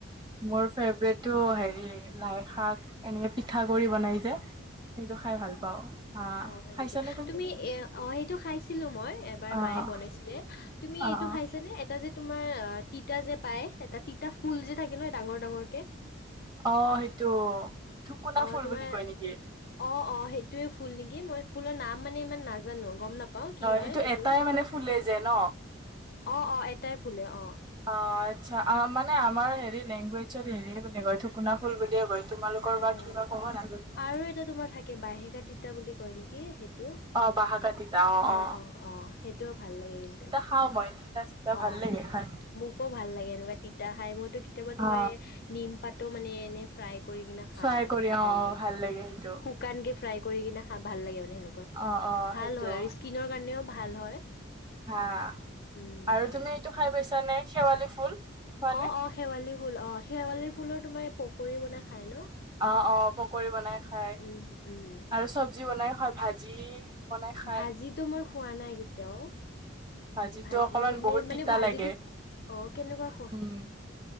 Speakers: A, on the right (about 20°); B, on the left (about 50°).
A: মোৰ ফেভৰেটটো হেৰি লাই শাক এনেকে পিঠা গুড়ি বনাই যে। সেইটো খাই ভাল পাওঁ। হা,
B: অঁ হয়
A: খাইছানে
B: নেকি। তুমি এ অঁ সেইটো খাইছিলো মই এবাৰ
A: অ',
B: মায়ে বনাইছিলে। তুমি
A: অ',
B: এইটো
A: অ'।
B: খাইছানে এটা যে তোমাৰ অঁ তিতা যে পায়। এটা তিতা ফুল যে থাকে ন ডাঙৰ ডাঙৰ কে।
A: অঁ সেইটো। থুকুনা
B: অঁ
A: ফুল
B: তোমাৰ
A: বুলি কয় নেকি?
B: অঁ-অঁ সেইটোয়ে ফুল নেকি। মই ফুলৰ নাম মানে ইমান না নাজানো গম নাপাওঁ কি
A: সেইটো
B: হয় এইটো।
A: এটাই মানে ফুলে যে ন?
B: অঁ-অঁ এটাই ফুলে অঁ।
A: অঁ আচ্ছা মানে আমাৰ হেৰি লেংগুৱেজত হেৰি বুলি কয় ঠুকুনা ফুল বুলিয়ে কয়। তোমালোকৰ
B: অঁ
A: বা কিবা ক'ব নাজানো ন
B: আৰু এটা তোমাৰ থাকে বাহেকা তিতা বুলি কয় নেকি। টো অঁ-অঁ-অঁ
A: অ বাহাকা তিতা অ অ
B: সেইটোও ভাল লাগে কিন্তু।
A: খাওঁ মই। চিতা
B: অঁ
A: ভাল লাগে খাই
B: মোকো ভাল লাগে এনেকুৱা তিতা খাই। মইতো কেতিয়াবা তোমাৰ
A: অ
B: নিম পাতো মানে এনে ফ্ৰাই কৰি কিনে খাওঁ
A: ফ্ৰাই কৰি
B: ভাতৰ
A: অ
B: লগত
A: ভাল লাগে
B: উম।
A: সেইটো
B: শুক শুকানকে ফ্ৰাই কৰি কিনে খা ভাল লাগে মানে সেনেকুৱা।
A: অ অ
B: ভাল
A: সেইটো
B: হয় আৰু স্কিনৰ কাৰণেও ভাল হয়।
A: হা
B: উম
A: আৰু
B: হয়
A: তুমি এইটো খাই পাইছানে শেৱালি ফুল? খোৱানে?
B: অঁ-অঁ শেৱালি ফুল। অঁ শেৱালি ফুলৰ তোমাৰ এই পকৰী বনাই খায় ন?
A: অঁ-অঁ পকৰী বনাই খাই
B: উম উম
A: আৰু চব্জি বনাই খাই। ভাজি বনাই খাই
B: ভাজিতো মই খোৱা নাই কেতিয়াও।
A: ভাজিটো
B: ভাজি
A: অকমান
B: এনে
A: বহুত তিতা
B: মানে ভাজিটো
A: লাগে
B: অঁ কেনেকুৱা খোৱা।
A: উম